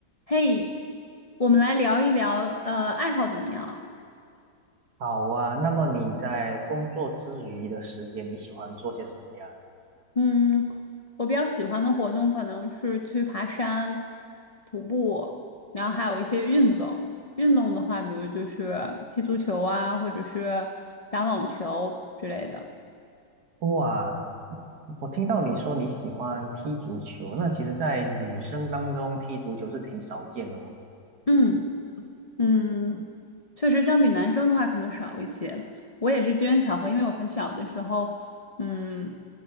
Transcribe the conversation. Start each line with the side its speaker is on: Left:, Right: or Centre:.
Left: 嘿，我们来聊一聊，呃，爱好怎么样？
Right: 好啊，那么你在工作之余的时间，你喜欢做些什么呀？
Left: 嗯，我比较喜欢的活动可能是去爬山、徒步，然后还有一些运动。运动的话，比如就是踢足球啊，或者是打网球之类的。
Right: 哇，我听到你说你喜欢踢足球，那其实，在女生当中踢足球是挺少见的哦。
Left: 嗯。嗯，确实，相比男生的话，可能少一些。我也是机缘巧合，因为我很小的时候，嗯，